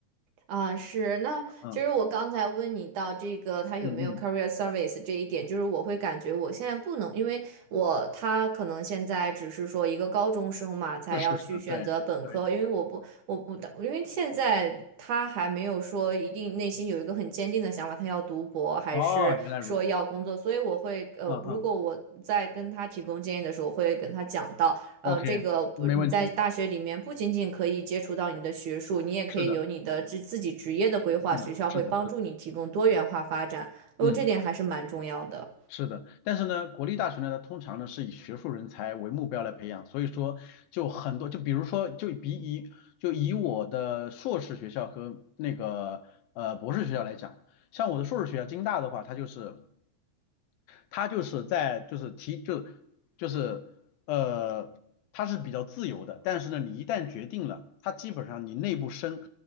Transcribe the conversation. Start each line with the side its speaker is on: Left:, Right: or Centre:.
Right: 啊，是，那其实我刚才问你到这个他有没有
Left: 嗯嗯嗯，
Right: career service 这一点，就是我会感觉我现在不能，因为我他可能现在只是说一个高中生嘛，才要去选择本科，
Left: 是是是，对对，
Right: 因为我不我不因为现在他还没有说一定内心有一个很坚定的想法，他要读博还是说要工作，
Left: 哦，原来如此，
Right: 所以我会呃，
Left: 嗯嗯
Right: 如果我在跟他提供建议的时候，我会跟他讲到。呃，
Left: ，OK，
Right: 这个不你在大学里面不仅仅可以接触到你的学术，
Left: 没问题，
Right: 你也可以有你的自自己职业的规划，
Left: 是的，嗯，
Right: 学校会帮助你提供多元化发展，
Left: 是的，是的，
Right: 哦，
Left: 嗯。
Right: 这点还是蛮重要的。
Left: 是的，但是呢，国立大学呢，它通常呢是以学术人才为目标来培养，所以说就很多，就比如说，就比以就以我的硕士学校和那个呃博士学校来讲，像我的硕士学校京大的话，它就是它就是在就是提就就是呃它是比较自由的，但是呢，你一旦决定了，它基本上你内部升